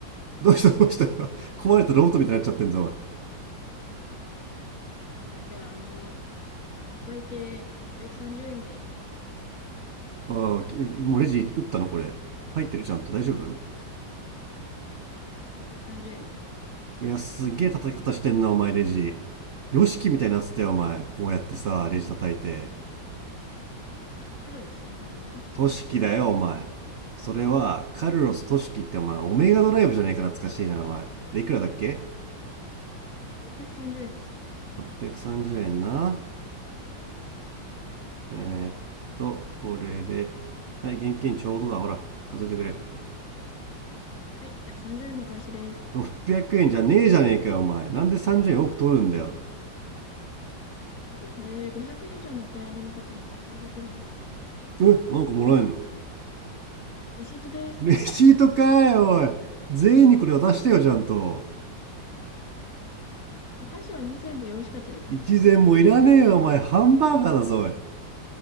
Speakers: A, on the right (about 80°); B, on the left (about 50°).
A: どうしたどうした <laughs> 壊れたロボットみたいになっちゃってんぞ、お前。
B: あ、じゃあ、あの、お会計630円で。
A: ああ、もうレジ打ったのこれ。入ってるちゃんと大丈夫
B: うん630円で。
A: いや、すげえ叩き方してんな、お前、レジ。ヨシキみたいになってたよ、お前。こうやってさ、レジ叩いて。
B: いや、カルロスの方の
A: トシキだよ、お前。それは、カルロス・トシキってお前、オメガドライブじゃねえか、懐かしいな、お前。で、いくらだっけ
B: 630円です。
A: ?630 円な。
B: はい。
A: えーっと、これで。はい、現金ちょうどだ、ほら。数えてくれ。
B: あはい。では30円のお返しです。
A: 600円じゃねえじゃねえかよ、お前。なんで30円多く取るんだよ。
B: あ、あとこれ500円以上のお買い上げの方に差し上げてるんですけど。
A: え、なんかもらえんの
B: あ、レシートです。
A: レシートかい、おい。全員にこれ渡してよ、ちゃんと。
B: お箸は2膳でよろしかったですか
A: 一膳もいらねえよ、お前。ハンバーガーだぞ、おい。